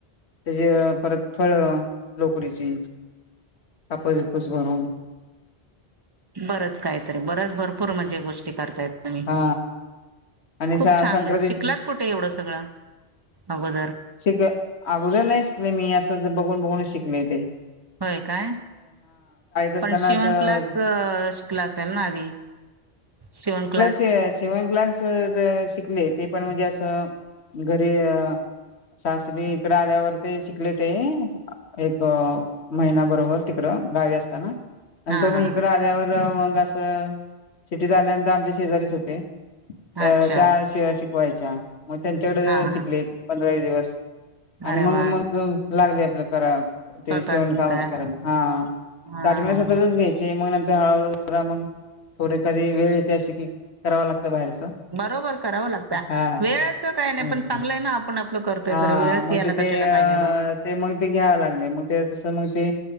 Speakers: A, on the left (about 75°); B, on the right (about 25°).
A: त्याची परत फळ लोकरीची कापूस विपूस भरून.
B: बरंच काहीतरी बरच भरपूर म्हणजे गोष्टी करतायेत. आणि
A: हा आणि
B: खूप
A: संक्रांतीची
B: छान म्हणजे शिकलात कुठे एवढं सगळं, अगोदर
A: शिक, अगोदर नाही शिकले मी. असंच बघून बघून शिकले ते‌.
B: होय काय,
A: असताना
B: पण शिवन
A: असं
B: क्लास शिकला असाल ना, आधी? शिवण क्लास
A: शि शिवण क्लास ज शिकले ते पण म्हणजे असं घरी सासरी इकडं आल्यावर ते शिकली ते एक महिना बरोबर तिकडं गावी असताना.
B: हा
A: नंतर
B: हा
A: मग इकड आल्यावर मग असं सिटीत आल्यानंतर आमच्या शेजारीच होते.
B: हा
A: त्या
B: अच्छा
A: त्या शिवा शिकवायच्या. मग त्यांच्याकडं
B: हा
A: शिकली.
B: हा
A: पंधरा वीस दिवस आणि
B: अरे
A: मग
B: वा
A: मग लागली आपल्या करा
B: स्वतःचच
A: ते शिवण कामाच‌
B: काय हा
A: करायला. हा स्टार्टिंग
B: हा
A: ला स्वतःचच
B: हा
A: घ्याय चे मग नंतर हळूहळू जरा मग थोडे कधी वेळ येते असे की, करावा लागतं बाहेरच.
B: बरोबर करावं लागतंवेळाचं
A: हा
B: काय नाही
A: ओके
B: पण चांगलंय ना आपण ल करतेय
A: हा
B: तर, वेळच
A: मग
B: यायला
A: ते ते
B: कशाला
A: अ
B: पाहिजेलो.
A: ते मग ते घ्यावं लागले. मग ते तसं मग ते